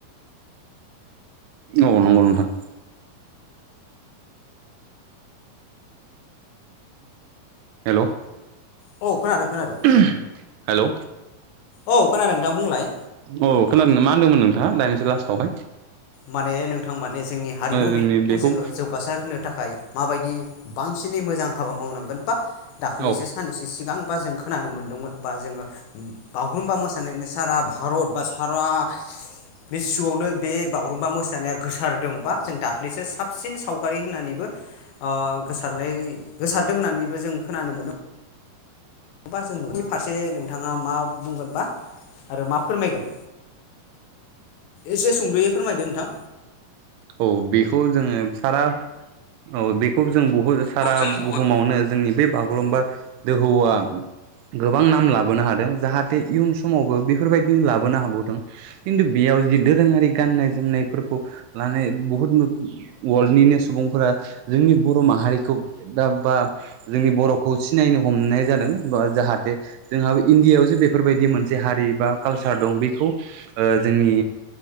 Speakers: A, on the right (about 80°); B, on the left (about 85°).
A: औ नंगौ नोंथां। हेलौ।
B: औ खोनादों। खोनादों
A: उम्ह हेलौ।
B: औ खोनादों। नोंथां बुंलाय
A: औ खोनादोना माहोनदोमोन नों? हा दानिसो लास्टआवहाय।
B: माने नोंथां माने जोंनि हारिमु
A: जोंनि
B: बिथिंखौ
A: बेखौ
B: जोङो जौगासार होनो थाखाय माबायदि बां सिनि मोजां हाबा मावनांगोन बा दाख्लैसो
A: औ
B: साननैसो सिगां बा जों खोनानो मोनदोंमोन बा जोङो बागुरुम्बा मोसानाय सारा भारत बा सारा बे सुवावनो बे बागुरुम्बा मोसानाया गोसारदों बा जों दाख्लैसो साबसिन सावगारि होननानैबो ओ गोसारनाय गोसारदों होन्नानैबो जों खोनानो मोन्दों। बा जों नु फारसे नोंथाङा मा बुंगोनबा आरो मा फोरमायगोन? एसे सुंद'यै फोरमायदो नोंथां।
A: औ बेखौ जोङो सारा औ बेखौ जों बुहु सारा
B: जों बहुद
A: बुहुमावनो जोंनि बे बा गुरुमबा दोहौआ गोबां नाम लाबोनो हादों जाहाथे इयुन समावबो बे फोरबायदिनो लाबोनो हाबावदों खिन्थु बेयाव जि दोरोङारि गाननाय जोमनायफोरखौ लानाय बुहुत अवल्डनिनो सुबुंफोरा जोंनि बर' माहारिखौ दा बा जोंनि बर'खौ सिनायनो हमनाय जादों जाहाथे जोंहाबो इण्डियायावजे बेफोरबायदि मोनसे हारि बा कालसार दं बेखौ ओ जोंनि